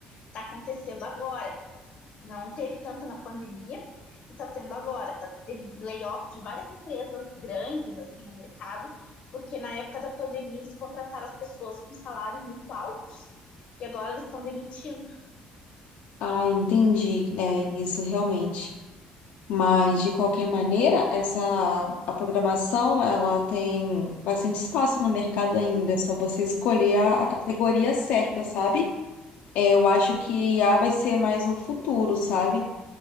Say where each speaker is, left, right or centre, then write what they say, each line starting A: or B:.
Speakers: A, on the left (about 45°); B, on the left (about 70°).
A: está acontecendo agora. Não teve tanto na pandemia e está tendo agora. Tá, teve layoff de várias empresas grandes assim no mercado, porque na época da pandemia eles contrataram as pessoas com salários muito altos e agora eles estão demitindo.
B: Ah, entendi, né? Isso realmente. Mas de qualquer maneira, essa a programação, ela tem bastante espaço no mercado ainda, é só você escolher a,
A: Sei,
B: a categoria
A: sei.
B: certa, sabe? É, eu acho que I a vai ser mais o futuro, sabe?